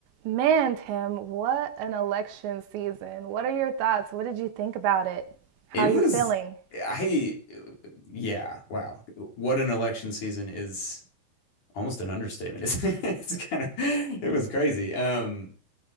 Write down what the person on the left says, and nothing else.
It
was,
I, yeah, wow. What an election season is almost an understatement. It's, <laughs> it's kind of, it was crazy. Um,